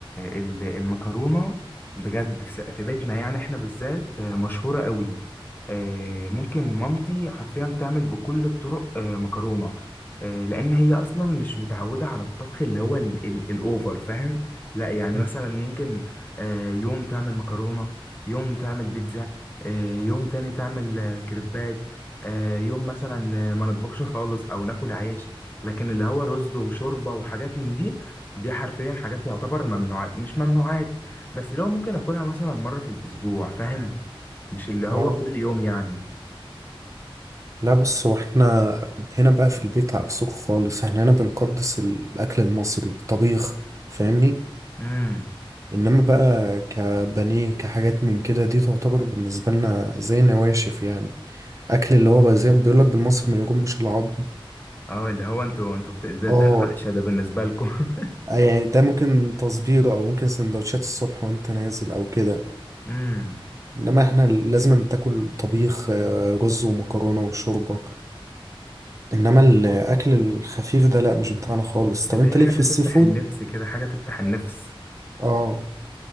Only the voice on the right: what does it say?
<laughs>
آه.
لا بص هو احنا هنا بقى في البيت عكسكم خالص احنا هنا بنقدس الاكل المصري الطبيخ فاهمني
انما بقى كبانيه كحاجات من كده دي تعتبر بالنسبه لنا زي نواشف يعني اكل اللي هو بقى زي ما بيقولك بالمصري ما يرمش العظم
اه
يعني ده ممكن تصبير او ممكن سندوتشات الصبح وانت نازل او كده
انما احنا لازم تاكل طبيخ آه، رز ومكرونه وشوربه انما الاكل الخفيف ده لا مش بتاعنا خالص طب
انت
ليك في السي
فود
اه